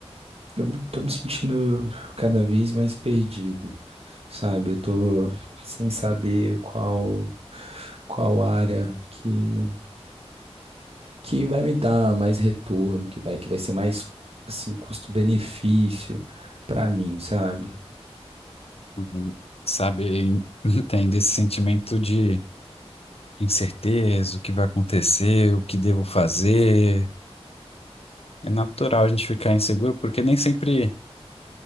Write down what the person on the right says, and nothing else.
eu tô me sentindo cada vez mais perdido. sabe? Eu tô sem saber qual qual área que que vai me dar mais retorno, que vai que vai ser mais assim custo-benefício pra mim, sabe?